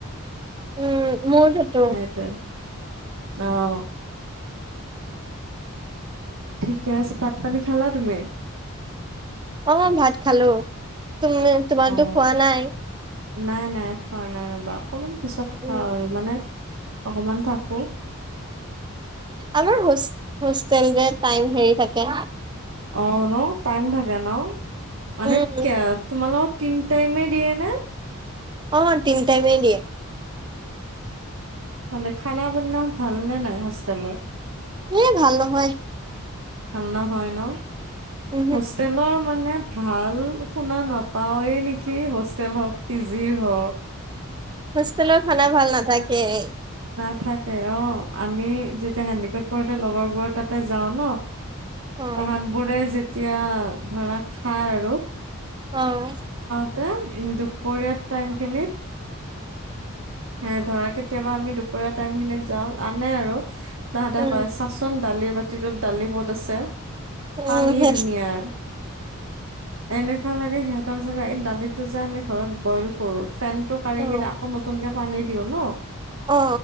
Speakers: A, on the right; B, on the right.
A: উম! মোৰ তাতো
B: সেইটোৱে। অ'! ঠিকে আছে। ভাত পানী খালা তুমি?
A: অ'! ভাত খালোঁ। তুমি, তোমাৰতো
B: অ',
A: খোৱা নাই।
B: নাই, নাই। খোৱা নাই ৰ'বা। অকমান পিছত খাওঁ
A: উম,
B: আৰু মানে অকমান থাকক।
A: আমাৰ হোষ্ট, হোষ্টেল টাইম হেৰি তাকে।
B: অ' ন'! টাইম থাকে ন'। মানে,
A: উম,
B: <unintelligible> তোমালোক তিন টাইমে দিয়ে নে?
A: অ'! তিন টাইমে দিয়ে।
B: ভালে! খানা পিন ভাল নে নাই হোষ্টেলৰ?
A: এ, ভাল নহয়!
B: ভাল নহয় ন'?
A: উমহু,
B: হোষ্টেলৰ মানে, ভাল শুনা নাপাওয়ে নেকি হোষ্টেলত? পিজিৰ হওক
A: হোষ্টলৰ খানা ভাল নাথাকেই।
B: নাথাকে অ'! আমি যেতিয়া হেণ্ডিকেত পঢ়োঁতে লগৰবোৰৰ তাতে যাওঁ ন'
A: অ',
B: তাহাতবোৰে যে এতিয়া ধৰা খায় আৰু।
A: অ'!
B: <unintelligible> দুপৰীয়াৰ টাইম খিনিত হে, ধৰা কেতিয়াবা আমি দুপৰীয়া টাইম খিনিত যাওঁ আনে আৰু। তাহাঁতে
A: উম,
B: কয় চাচোন! দালিৰ বাতিটোত দালি কত আছে।
A: উম,
B: পানী দুুনিয়াৰ এনেকুৱা লাগে সিহঁতক যে এই দালিটো যে আমি ঘৰত বইল কৰো ফেন টো কাৰি
A: অ',
B: কিনা নতুনকে পানী দিওঁ ন।
A: অ', অ